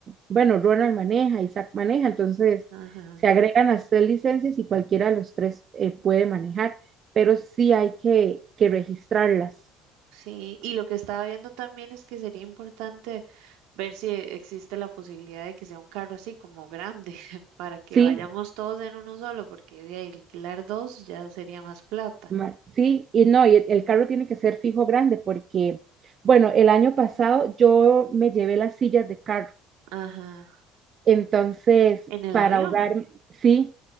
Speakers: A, on the right; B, on the right.
A: bueno, Ronald maneja, Isaac maneja, entonces
B: ajá.
A: se agregan las tres licencias y cualquiera de los tres eh, puede manejar, pero sí hay que, que registrarlas,
B: Sí, y lo que estaba viendo también es que sería importante ver si existe la posibilidad de que sea un carro así como grande, <laughs> para que
A: ¿sí?
B: vayamos todos en uno solo, porque de alquilar dos ya sería más plata.
A: ma- Sí, y no, y el, el carro tiene que ser fijo grande porque, bueno, el año pasado yo me llevé las sillas de carro,
B: Ajá.
A: entonces
B: En el
A: para
B: avión.
A: ahorrar, sí,